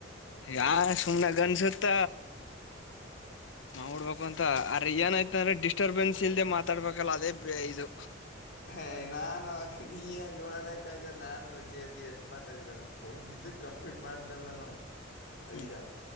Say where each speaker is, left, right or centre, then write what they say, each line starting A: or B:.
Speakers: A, on the left; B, on the left.
A: ಯಾರ್ ತುಮನ ಗನ್ ಸುತ್ತ ನೌಡ್ಬೇಕ್ ಅಂತ ಅ್ರ ಏನಾಯ್ತ ಅಂದ್ರೆ ಡಿಸ್ಟರ್ಬೆನ್ಸ್ ಇಲ್ದೆ ಮಾತಾಡ್ಬೇಕಲ್ಲ ಅದೇ ಇದು
B: ಹ ನಾನು ಆಕ ನೀ ಯಾಕ್ ಏಳದಕ್ಕಗ ನಾನು ವಿ ಚೇತಿ ಎಷ್ಟ್ ಮಾತಾಡಿದಮ್ಮ ಒಂದ್ ದಿವಸ ಕಂಪ್ಲೀಟ್ ಮಾಡನಲ್ಲ ನಾವು
A: ಹ್ಮ್
B: ಐದ